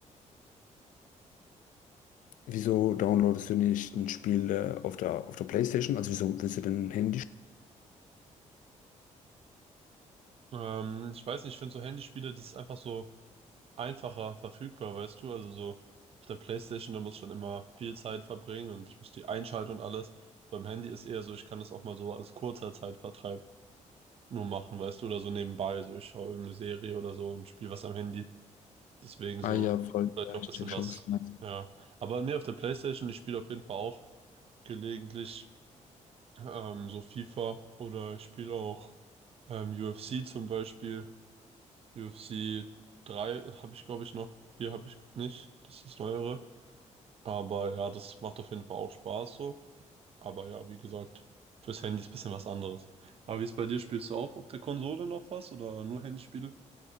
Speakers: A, on the left (about 85°); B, on the right (about 50°).
A: Wieso downloadest du nicht ein Spiel äh, auf der, auf der PlayStation? Also wieso willst du denn ein Handy?
B: Ähm, ich weiß nicht, ich finde so Handyspiele, das ist einfach so einfacher verfügbar, weißt du? Also so auf der PlayStation, da muss ich dann immer viel Zeit verbringen und ich muss die einschalten und alles. Beim Handy ist eher so, ich kann das auch mal so als kurzer Zeitvertreib nur machen, weißt du, oder so nebenbei. So, ich schaue irgendeine Serie oder so und spiele was am Handy. Deswegen
A: Ah
B: so,
A: ja, voll.
B: vielleicht
A: Ja,
B: auch
A: ich
B: ein bisschen
A: check
B: was.
A: schon, was du meinst.
B: Ja. Aber nee, auf der PlayStation, ich spiele auf jeden Fall auch gelegentlich ähm, so FIFA oder ich spiele auch ähm, UFC zum Beispiel. UFC 3 habe ich, glaube ich, noch. 4 habe ich nicht. Das ist das Neuere. Aber ja, das macht auf jeden Fall auch Spaß so. Aber ja, wie gesagt, fürs Handy ist ein bisschen was anderes. Aber wie ist bei dir? Spielst du auch auf der Konsole noch was oder nur Handyspiele?